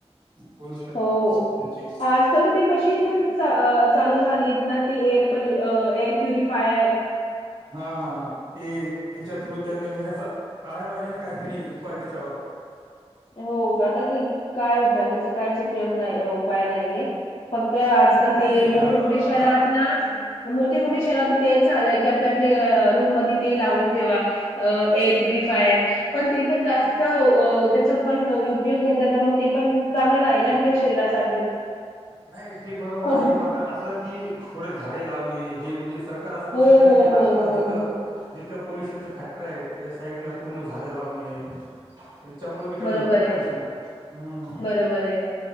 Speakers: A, on the right (about 40°); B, on the left (about 60°).
A: पोल्युशन
B: हो
A: त्यांची
B: आजकाल तर ते मशीन पण चालू झाली ना ती एअर एअर प्युरिफायर
A: हा हा ते त्यांच्या थ्रू त्यांनी म्हणजे असं काढायला पाहिजे ना काहीतरी उपाय त्याच्यावर
B: हो आता का काय उपाय त्याचा कायच उपयोग नाही उपाय नाहीये. फक्त आजकाल
A: नाही
B: ते
A: अ
B: मोठे
A: आता
B: मोठे शहरात ना मोठे मोठ्या शहरात तेच आलंय की आप आपल्या रूम मध्ये ते लावून ठेवा एअर प्युरिफायर पण ते पण जास्त अ त्याचा पण उपयोग घेत मग ते पण चांगल नाही आपल्या शरीरासाठी.
A: नाही ते बरोबर
B: कोण
A: आहे मात्र असं की थोडे झाडे लावणे हे म्हणजे सरकार असे करू
B: हो
A: शकते
B: हो
A: ना जिथे
B: हो
A: आसपास
B: हो
A: तिथं
B: हो हो.
A: जिथे पोल्युशनच त्याच्या साईड न पूर्णझाडं लावन आणि याच्यामुळे बी कमी
B: बरोबर
A: होत ना
B: आहे.
A: पोल्युशन हम्.
B: बरोबर आहे.